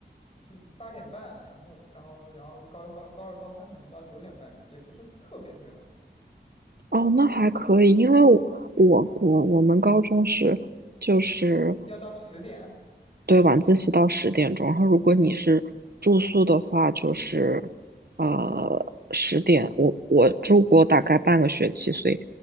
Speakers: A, on the left; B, on the right.
A: 就八点半，然后然后然后高高高二高三可能到九点半这样，也不是特别特别晚，
B: 哦，那还可以，因为我我我我们高中是就是
A: 要到十点。
B: 对，晚自习到十点钟，然后如果你是住宿的话，就是呃十点，我我住过大概半个学期，所以